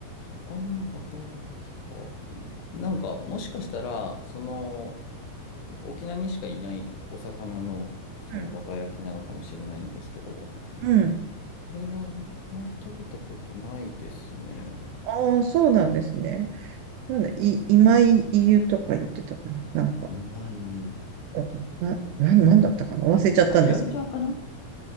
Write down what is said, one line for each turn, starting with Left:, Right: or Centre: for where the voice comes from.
Left: 魚のバター焼きか。なんか、もしかしたら、その、沖縄にしかいないお魚のそのバター焼きなのかもしれないんですけど、
Right: うん、
Left: こ
Right: うん。
Left: れはあんまり食べたことないですね。
Right: ああ、そうなんですね。なんだ、い、今井湯とか言ってたかななんか。
Left: 今湯。
Right: だっからな、な、なんだったかな忘れちゃったんですけど。
Left: あ、イラブチャーかな